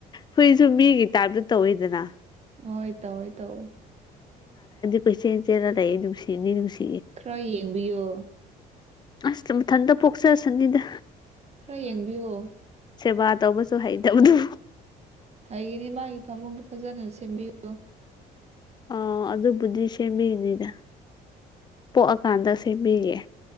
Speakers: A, on the left; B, on the right.
A: ꯍꯨꯏꯁꯨ ꯃꯤꯒꯤ ꯇꯥꯏꯞꯇ ꯇꯧꯋꯤꯗꯅ
B: ꯍꯣꯏ ꯇꯧꯑꯣꯏ ꯇꯧꯏ
A: ꯄꯩꯁꯦ ꯆꯦꯔꯗꯥꯥꯏꯌꯦ ꯅꯨꯡꯁꯤꯅꯤꯅꯨꯡꯁꯤ
B: ꯈꯔ ꯌꯦꯡꯕꯤꯌꯣ
A: ꯑꯁ ꯊꯟꯗ ꯄꯣꯛꯁ ꯁꯅꯤꯗ
B: ꯈꯔ ꯌꯦꯡꯕꯤꯌꯨ
A: ꯁꯤꯦꯕꯥ ꯇꯣꯧꯕꯁꯨ ꯍꯥꯏꯩꯗꯗꯨ
B: ꯍꯌꯦꯅꯦ ꯃꯥꯒꯤ ꯐꯥꯃꯨꯡꯗꯨ ꯐꯖꯅ ꯁꯦꯝꯕꯤꯌꯨ
A: ꯑ ꯑꯗꯨꯕꯨꯗꯤ ꯁꯦꯝꯕꯤꯅꯤꯗ ꯄꯣꯛꯑꯀꯥꯟꯗ ꯁꯦꯝꯕꯤꯌꯦꯦ